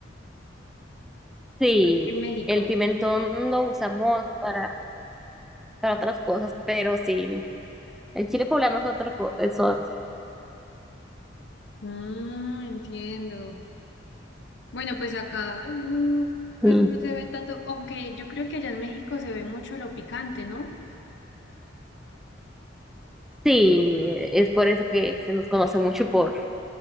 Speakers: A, in the centre; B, on the left.
A: Sí,
B: en México.
A: el pimentón lo usamos para, para otras cosas, pero sí, el chile poblano es otra cosa, es otro.
B: Mm, entiendo. Bueno, pues acá, mm,
A: Sí.
B: pues no se ve tanto, aunque yo creo que allá en México se ve mucho lo picante, ¿no?
A: Sí, es por eso que se nos conoce mucho por